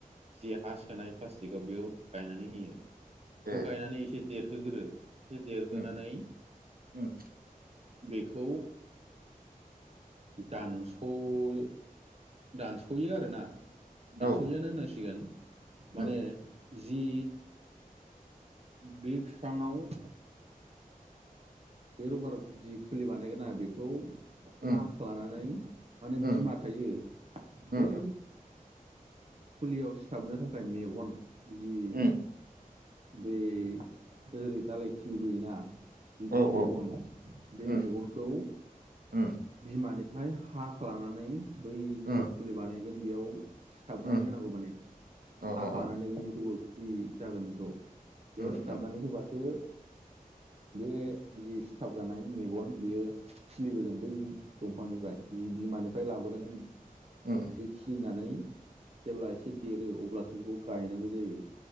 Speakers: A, on the right (about 45°); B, on the right (about 85°).
A: जि हा सोनाय प्लासटिक गाव बेयाव गायनानै होयो बेखौ
B: ए
A: गायनानै एसे देरहोगोरो एसे देरहोनानै
B: उम उम
A: बेखौ दानस' दानस'यो आरोना दानस'योआनो
B: औ
A: होननांसिगोन मानो
B: उम
A: जि बे फिफाङाव बे रबार जि फुलि बानायगोना बेखौ हा
B: उम
A: लानानै माने
B: उम
A: बिमा थायो
B: उम
A: बै फुलियाव सिथाबनो थाखाय मेगन जि
B: उम
A: बै ओरै दालाय खिलिबोयोना बिदि
B: औ
A: मेगन
B: औ
A: बे
B: उम
A: मेगनखौ
B: उम
A: बिमानि फाय हाख्लानानै बै जि
B: उम
A: फुलि बानायगोन बेयाव सिथाबनानै
B: उम
A: होनांगौ माने
B: अ उम
A: हाख्लानानै बिनिखौबो फ्रि जागोन बेखौ बेयाव
B: उम
A: सिथाबनानै होबासो बे जि सिथाब जानाय मेगन बियो सोलिबोगोन बै दंफांनिफ्राय जि बिमानिफ्राय लाबोदों बे
B: उम
A: खिलिनानै जेब्ला एसे देरो अब्लासो बेखौ गायनांगौ जायो